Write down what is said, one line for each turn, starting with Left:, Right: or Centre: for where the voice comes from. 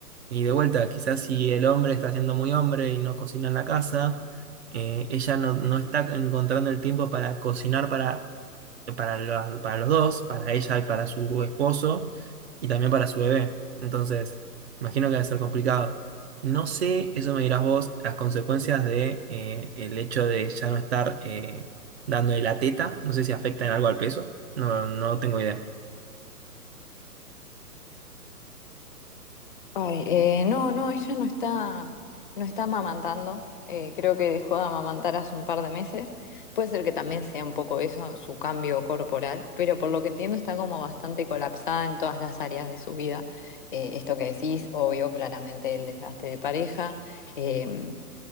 Right: Y de vuelta, quizás si el hombre está siendo muy hombre y no cocina en la casa, eh, ella no, no está encontrando el tiempo para cocinar para, para, los, para los dos, para ella y para su esposo, y también para su bebé. Entonces, imagino que debe ser complicado. No sé, eso me dirás vos, las consecuencias de eh, el hecho de ya no estar eh, dándole la teta. No sé si afecta en algo al peso. No, no tengo idea.
Left: Ay, eh, no, no, ella no está, no está amamantando. Eh, creo que dejó de amamantar hace un par de meses. Puede ser que también sea un poco eso, su cambio corporal, pero por lo que entiendo está como bastante colapsada en todas las áreas de su vida. Eh, esto que decís, obvio, claramente el desgaste de pareja. em,